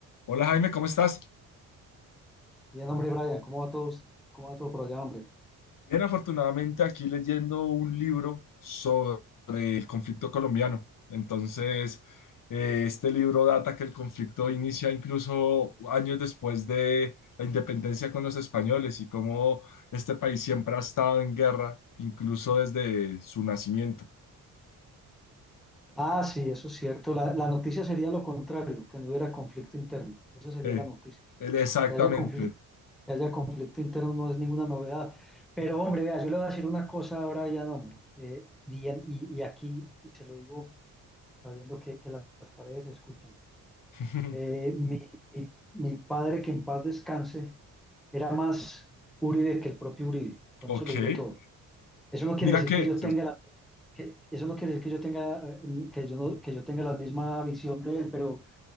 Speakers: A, on the left (about 50°); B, in the centre.
A: Hola Jaime, ¿cómo estás?
B: Bien, hombre, Brian, ¿cómo va todos? ¿Cómo va todo por allá, hombre?
A: Bien, afortunadamente aquí leyendo un libro sobre el conflicto colombiano. Entonces, eh, este libro data que el conflicto inicia incluso años después de la independencia con los españoles y cómo este país siempre ha estado en guerra, incluso desde su nacimiento.
B: Ah, sí, eso es cierto. La, la noticia sería lo contrario, que no hubiera conflicto interno. Eso sería
A: Eh,
B: la noticia.
A: él- exactamente.
B: Que haya conflicto, que haya conflicto interno no es ninguna novedad. Pero, hombre, vea, yo le voy a decir una cosa a Brian, hombre. eh, bien, y, y aquí, y se lo digo sabiendo que, que las, paredes se escuchan.
A: <laughs>
B: Eh, mi, mi, mi padre, que en paz descanse, era más Uribe que el propio Uribe. Con
A: Ok.
B: eso le digo todo. Eso no quiere
A: Mira
B: decir
A: que...
B: que yo tenga la que eso no quiere decir que yo tenga, eh, que yo no- que yo tenga la misma visión de él, pero,